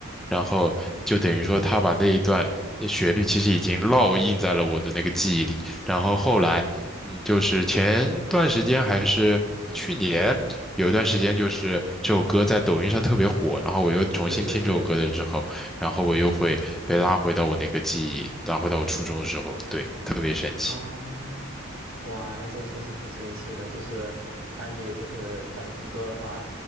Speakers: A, in the centre; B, on the right.
A: 然后就等于说他把那一段呃旋律其实已经烙印在了我的那个记忆里，然后后来，嗯，就是前段时间还是去年有一段时间，就是这首歌在抖音上特别火，然后我又重新听这首歌的时候，
B: 是是是。
A: 然后我又会被拉回到我那个记忆，拉回到我初中的时候，对，特别神奇。
B: 啊，哇，那这确实挺神奇的。就是当你就是当你听歌的话，